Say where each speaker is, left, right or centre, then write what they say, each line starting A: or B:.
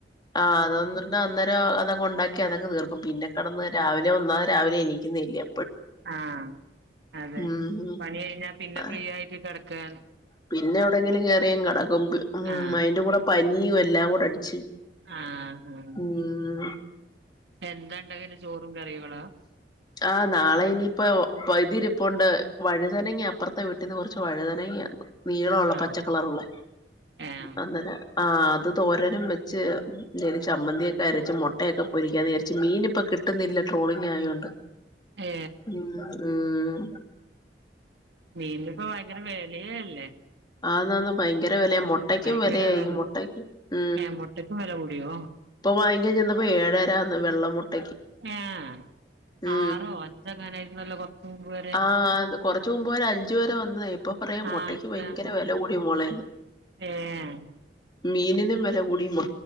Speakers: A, on the left; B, on the right.
A: ആഹ് അതൊന്നണ്ട അന്നേരം അതങ്ങൊണ്ടാക്കി അതങ്ങ് തീർ പ്പ പിന്നെ കിടന്ന് രാവിലെ വന്നാെ രാവിലെ എനിക്കുന്ന ഇല്ലേ
B: ആഹ് അതെ
A: ഉം
B: പണി കഴിഞ്ഞാ പിന്നെ
A: ആഹ്
B: ഫ്രീ ആയിട്ട് കെട ക
A: പിന്നെ എവിടെങ്കിലും കേറിയും കടക്കും ഉ
B: ആഹ്
A: അതിന്റെ കൂടെ പ നീം എല്ലാം കൂടെ അടിച്ച്
B: ആഹ് ആഹ്
A: ഉം.
B: എന്താ ഇണ്ടാക്കല് ചോറും കറികളാ
A: ആ നാളെ ഇനിയിപ്പ <unintelligible> ഇപ്പൊണ്ട് വഴുതനങ്ങി അപ്പുറത്തെ വീട്ടീന്ന് കുറച്ച് വഴുതനങ്ങ നീളമള്ള
B: ആഹ്
A: പച്ചക്കളറുള്ളേ
B: ഏഹ്
A: അന്നേനെ ആ അത് തോരോരും വെച്ച് നേരിച്ച ചമ്മന്തിൊക്കെ അരച്ച മുട്ടയൊക്കെ പൊരിക്കാൻ വിയാരിച്ച് മീൻ ഇപ്പ കിട്ടുന്നില്ല ട്രോളിങ് ആയോണ്ട്
B: ഏ.
A: ഉം ഉം
B: മീന് ഇപ്പോ ഭയങ്കര വെലയ അല്ലേ?
A: ആഹ് നാന്ന് ഭയങ്കര വിലയ മുട്ടക്കും
B: ഭയങ്കര
A: വിലയായി
B: വെല
A: മുട്ടക്കും ഉ
B: ഏഹ് മുട്ടക്ക് വെല കൂടിയോ
A: ഇപ്പൊ വാങ്ങിക്കാൻ ചെന്നപ്പോ ഏഴരന്ന് വെള്ള മുട്ടക്ക്
B: ഏഹ്
A: ഉ
B: ആറോ അഞ്ചോ അങ്ങനായിരുന്നല്ലോ കൊറച്ച് മുമ്പ് വരെ
A: ആ കൊറച്ച് മുമ്പ് വരെ അഞ്ച് വരെ വന്നതായി ഇപ്പൊ പറയാ
B: ആഹ്
A: മുട്ടക്ക്
B: അഞ്ച്
A: ഭയങ്കര
B: അങ്ങനെ
A: വില കൂടിയ മോള
B: ഏഹ്
A: മീനിനും വില കൂടി മൊ